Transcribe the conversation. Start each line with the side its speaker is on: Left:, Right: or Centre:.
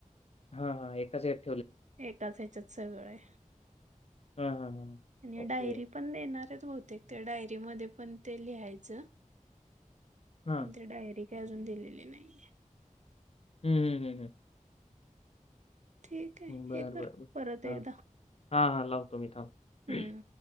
Left: हा हा एकाच अँप
Right: एकाच ह्याच्यात सगळंय.
Left: हां, हां, हां.
Right: आणि
Left: ओके.
Right: डायरी पण देणार बहुतेक त्या डायरी म पण ते लिहायचं
Left: हां.
Right: ते डायरी ती अजून दिलेली नाहीये.
Left: हूं हूं हूं हूं
Right: ठीक आहे
Left: हूं बर
Right: हे कर
Left: बर
Right: परत एकदा
Left: हा हा हा लावतो मी थांब.
Right: हम्म